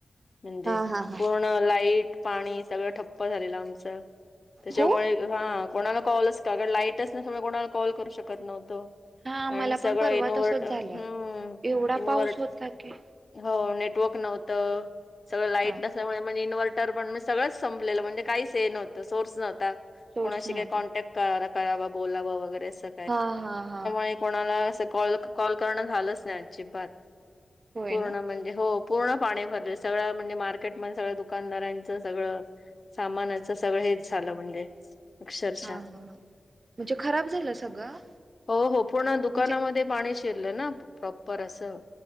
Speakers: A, on the left; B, on the right.
A: म्हणजे.
B: हा हा हा
A: पूर्ण लाईट, पाणी सगळं ठप्प झालेलं आमचं. त्याच्यामुळे
B: हो
A: हा, कोणाला कॉलच का. अगर लाईटच नसल्या मुळं. कोणाला कॉल करू शकत नव्हतो.
B: हा
A: अन्
B: मला पण
A: सगळं
B: परवा
A: इनव्हर्ट,
B: तसच
A: हम्म.
B: झालं एवढा
A: इनव्हर्
B: पाऊस होता की
A: हो, नेटवर्क नव्हतं. सगळं लाईट
B: हा
A: नस त्यामुळे म्हणजे इनवर्टर पण, सगळच संपलेलं. म्हणजे, काहीच हे नवतं. सोर्स नव्हता.
B: सोर्स
A: कोणाशी
B: नव्हता
A: काही कॉन्टॅक्ट करा- करावा, बोलावं वगैरे असं.
B: हा, हा, हा.
A: ते कोणाला असं कॉल - कॉल करणं झालंच नाही, अजिबात.
B: होय
A: पूर्ण
B: ना
A: म्हणजे हो. पूर्ण पाणी भरले. सगळ्या म्हणजे मार्केटमध्ये. सगळ्या दुकानदारांच, सगळं सामानाचं सगळं हेच झालं, म्हणजे. अक्षरशः
B: हा, हा. म्हणजे खराब झालं सगळं.
A: हो, हो. पूर्ण दुकानामध्ये
B: म्हणजे
A: पाणी शिरलं ना. प्रॉपर असं.